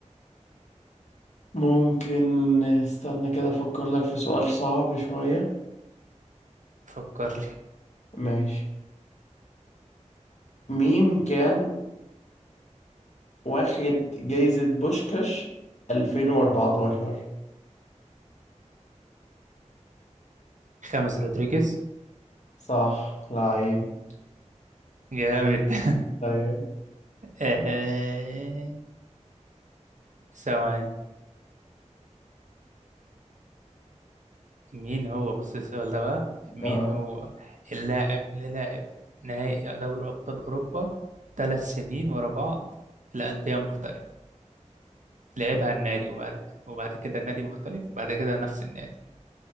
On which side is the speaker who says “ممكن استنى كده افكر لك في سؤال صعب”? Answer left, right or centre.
Left